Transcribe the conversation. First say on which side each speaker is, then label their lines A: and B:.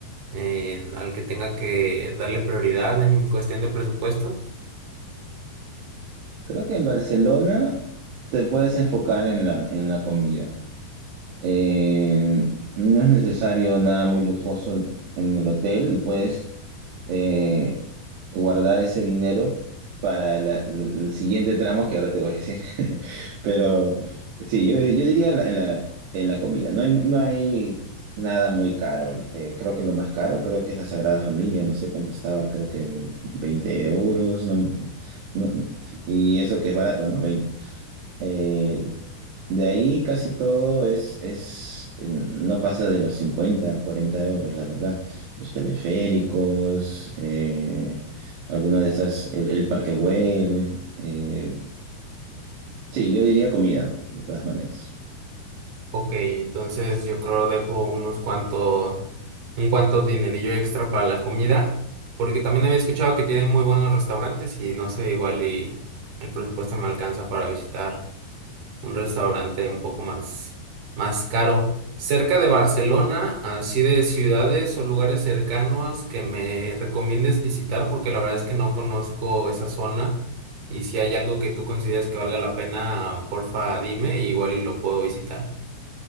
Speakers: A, on the right (about 50°); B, on the right (about 75°).
A: eh, al que tenga que darle prioridad en cuestión de presupuestos?
B: Creo que en Barcelona te puedes enfocar en la, en la comida. Eh, no es necesario nada muy lujoso en el hotel y puedes eh, guardar ese dinero para la- la- el siguiente tramo que ahora te voy a decir. <laughs> Pero sí, yo, yo diría en la, en la- en la comida. No hay, no hay nada muy caro. Eh, creo que lo más caro creo que es la Sagrada Familia. No sé cuánto estaba, creo que 20 euros. no- no- y eso que es barato, ¿no? veinte eh, de ahí casi todo es, es, eh, no pasa de los 50 40 euros, la verdad. Los teleféricos, eh, alguna de esas, el, el Parque Güell, eh, sí, yo diría comida, de todas maneras.
A: Ok, entonces yo creo dejo unos cuantos, un cuanto dinerillo extra para la comida, porque también había escuchado que tienen muy buenos restaurantes y no sé, igual y el presupuesto me alcanza para visitar un restaurante un poco más, más caro. Cerca de Barcelona, así de ciudades o lugares cercanos que me recomiendes visitar, porque la verdad es que no conozco esa zona y si hay algo que tú consideres que valga la pena, porfa, dime, igual y lo puedo visitar.